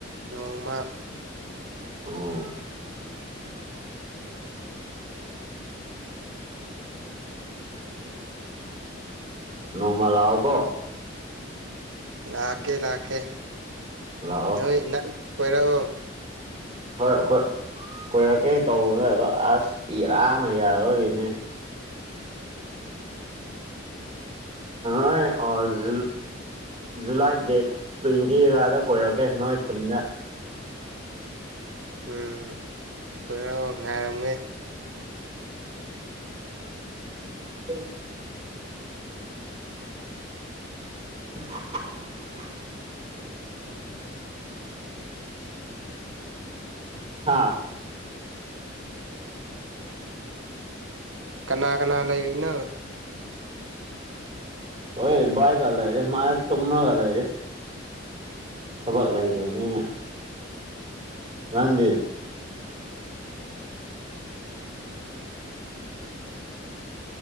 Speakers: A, on the right (about 75°); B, on the right (about 30°).
A: ꯅꯣꯡꯃ
B: ꯑꯣ ꯅꯣꯡꯃ ꯂꯥꯎ ꯀꯣ
A: ꯂꯥꯛꯀꯦ ꯂꯥꯛꯀꯦ
B: ꯂꯥꯛꯑꯣ
A: ꯅꯣꯏ ꯅ ꯄꯣꯏꯔꯛꯑꯣ
B: ꯍꯣꯏ ꯑꯩꯈꯣꯏ ꯀꯣꯏꯔꯛꯀꯦ ꯇꯧꯕꯅꯦ ꯑꯗꯣ ꯑꯁ ꯏꯔꯥꯡꯅ ꯌꯥꯔꯣꯏꯔꯤꯅꯦ
A: ꯎ
B: ꯑꯦ ꯑꯖ ꯖꯨꯂꯥꯏ ꯗꯦꯠ ꯇ꯭ꯋꯦꯟꯇꯤ ꯀꯗ ꯀꯣꯏꯔꯛꯀꯦ ꯅꯣꯏ ꯈꯨꯟꯗ
A: ꯎꯝ ꯀꯣꯏꯔꯛꯑꯣ ꯉꯥꯏꯔꯝꯒꯦ
B: ꯍ <unintelligible>
A: ꯑ
B: ꯍꯥꯥ
A: ꯀꯅꯥ ꯀꯅꯥ ꯂꯩꯥꯏꯔꯤꯅꯣ
B: ꯍ ꯕꯥ ꯀꯂ ꯔꯦ ꯃꯥꯥꯏ ꯇꯣꯅ ꯀꯂꯔꯦ ꯊꯕꯛ ꯂꯩꯗꯕꯅꯤꯅ ꯅꯪꯗꯤ